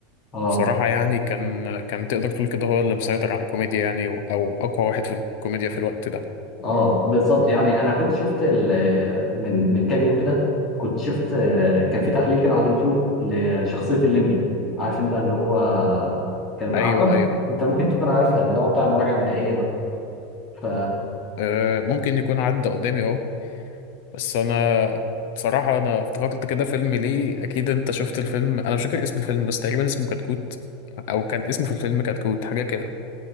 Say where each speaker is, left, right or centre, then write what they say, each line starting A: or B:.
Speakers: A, on the left; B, on the left.
A: اه
B: بصراحه يعني كان كان تقدر تقول كده هو اللي مسيطر على الكوميديا يعني او اقوى واحد في الكوميديا في الوقت ده
A: اه بالظبط يعني انا كنت شفت ال- من من كام يوم كده كنت شفت آه، كان في تحليل كده على اليوتيوب لشخصيه الليمبي عارف انت اللي هو كان
B: ايوه
A: اعتقد
B: ايوه
A: انت ممكن تكون عارفها اللي هو بتاع المراجعه النهائيه ده ف
B: آه، ممكن يكون عدى قدامي اه بس انا بصراحة انا افتكرت كده فيلم ليه اكيد انت شفت الفيلم انا مش فاكر اسم الفيلم بس تقريبا اسمه كتكوت او كان اسمه في الفيلم كتكوت حاجة كده